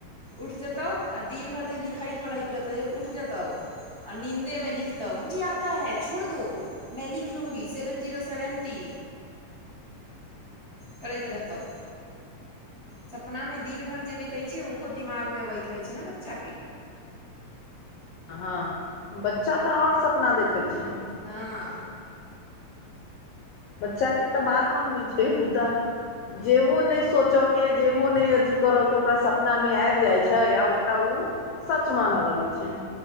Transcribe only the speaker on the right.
उठि जेतहु आ दिन भरि जे लिखैत पढ़ैत रहतै उठि जेतहु आ नींन्दे में लिखतौ मुझे आता है छोड़ दो में लिख लूंगी सेवन जीरो सेवन्टी करैत रहतहुँ सपनामे दिन भरि जे बिते छै ओहो दिमागमे अबैत रहैत छै ने बच्चाके
हँ